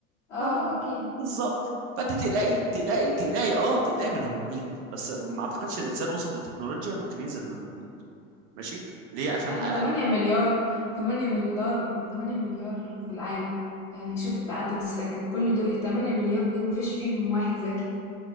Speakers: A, on the left; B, on the right.
A: اه
B: فما
A: اكيد
B: بالظبط فانت تقلقي تقلقي تقلقي اه تقلقي من المحيط بس ما اعتقدش الانسان وصل لتكنولوجيا ممكن ينزل للمحيط ماشي ليه عشان
A: احنا
B: اقل
A: 8 مليار 8 مليار 8 مليار في العالم يعني شوف التعدد السكني كل دول ال 8 مليار دول مفيش فيهم واحد ذكي